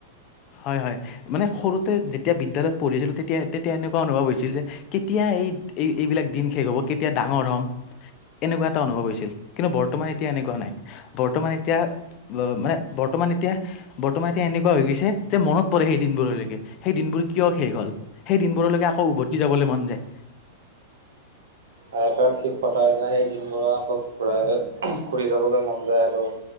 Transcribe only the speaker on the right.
আইতাৰ থিক পতা যায়। সেই দিনবোৰ আকৌ ঘূৰাই- ঘূৰি যাবলৈ মন যায় আৰু।